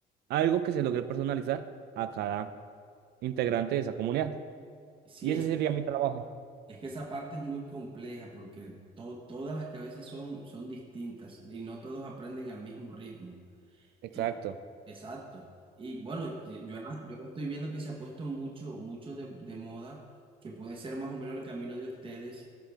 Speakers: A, on the right (about 75°); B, on the right (about 30°).
A: algo que se logre personalizar a cada integrante de esa comunidad.
B: sí
A: Y ese
B: es,
A: sería mi trabajo.
B: es que esa parte es muy compleja porque to- todas las cabezas son, son distintas y no todos aprenden al mismo ritmo.
A: Exacto,
B: Y- exacto. Y bueno, y yo, yo estoy viendo que se ha puesto mucho, mucho de, de moda, que puede ser más o menos el camino de ustedes,